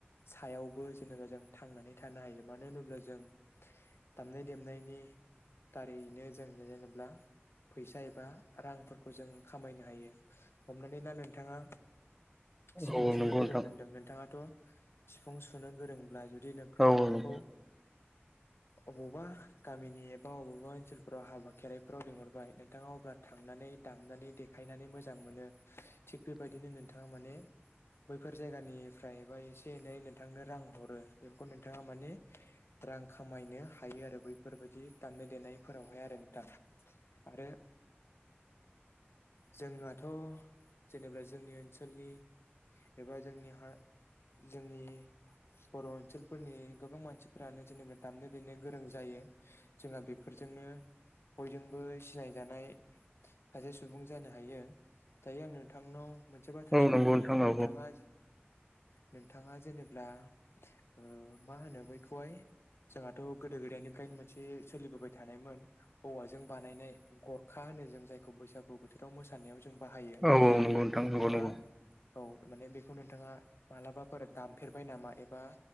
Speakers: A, on the left (about 70°); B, in the centre.
A: सायावबो जेनेबा जों थांनानै थानो हायो। मानो होनोब्ला जों दामनाय -देनायनि दारैनो जों जेनोब्ला फैसा एबा रांफोरखौ जों खामायनो हायो ।हमनानै लाा नोंथाङा सिफुं
B: औ औ
A: सुनो
B: नंगौ
A: गोरों
B: नोंथां
A: होनदों नोंथाङाथ' सिफुं सुनो गोरोंब्ला जुदि दि
B: औ
A: नोंथांखौ
B: नंगौ <unintelligible>
A: अबावबा गामिनि एबा बबावबा ओनसोलफोराव हाबा खेरायफोराव लिंहरबाय नोंथाङा अब्ला थांनानै दामनानै देखायनानै मोजां मोनो थिग बेबायदिनो नोंथाङा माने बैफोर जायगानिफ्राय एसे एनै नोंथांनो रां हरो बेफोरखौ नोंथाङा माने रां खामायनो हायो आरो बैफोरबायदि दामनाय- देनायफोरावहाय आरो नोंथां आरो
B: <unintelligible>
A: जोंहाथ' जेनेबा जोंनि ओन ओनसोलनि एबा जोंनि हा जोंनि बर' ओनसोलफोरनि गोबां मानसिफोरानो जेनेबा दामनाय देनो गोरों जायो जोंहा बे फोरजोंनो बयजोंबो सिनाय जानाय सासे सुबुं जानो हायो दायो आं नोंथांनाव मोनसे बाथ्रा
B: औ
A: सोंबावनि
B: नंगौ नोंथां औ
A: नोंथाङा नोंथाङा जेनेब्ला ओ मा होनो बैखौहाय जोंहाथ' गोदो -गोदायनिफ्रायनो मोनसे सोलिबोबाय थानायमोन औवाजों बानायनाय गरखा जों जायखौ बैसागु बोथोराव मोसानायाव जों बाहायो
B: औ नंगौ
A: बेखौ
B: नोंथां
A: नोंथाङा
B: नंगौ नंगौ
A: औ माने बेखौ नों नोंथाङा मालाबाफोर दामफेरबाय नामा एबा